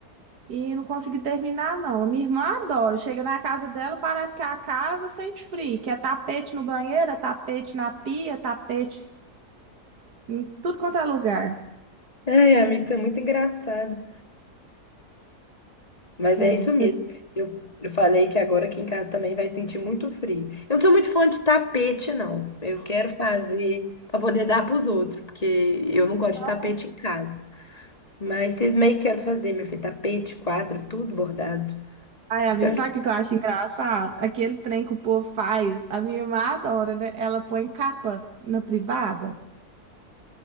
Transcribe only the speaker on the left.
É, amiga, isso é muito engraçado. Mas
é isso
mesmo. Eu, eu falei que agora aqui em casa também vai sentir muito frio. Eu não sou muito fã de tapete, não. Eu quero fazer para poder dar para os outros, porque eu não gosto
de tapete em casa. Mas vocês meio que querem fazer, meu filho, tapete, quadro, tudo bordado.
Isso
de onde...